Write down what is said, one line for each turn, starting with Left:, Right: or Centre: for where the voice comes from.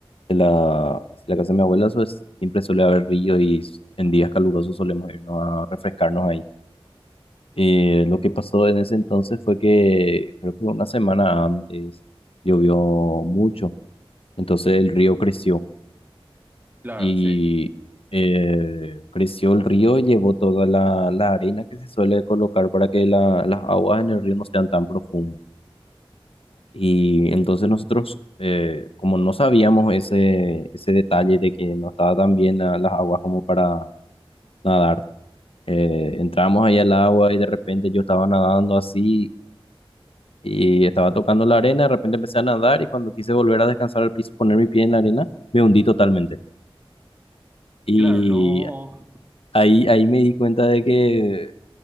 Left: de la, de la casa de mi abuela, eso es- siempre suele haber río y s- en días calurosos solemos irnos a refrescarnos ahí. Eh, lo que pasó en ese entonces fue que creo que una semana antes llovió mucho, entonces el río creció.
Right: Claro,
Left: y
Right: sí.
Left: eh, creció el río y llevó toda la, la arena que se suele colocar para que la- las aguas en el río no sean tan profundas. Y entonces nosotros, eh, como no sabíamos ese, ese detalle de que no estaba tan bien la- las aguas como para nadar, eh, entramos ahí al agua y de repente yo estaba nadando así y estaba tocando la arena, de repente empecé a nadar y cuando quise volver a descansar al piso, poner mi pie en la arena, me hundí totalmente. Y
Right: Claro, no. <laughs>
Left: Ahí, ahí me di cuenta de que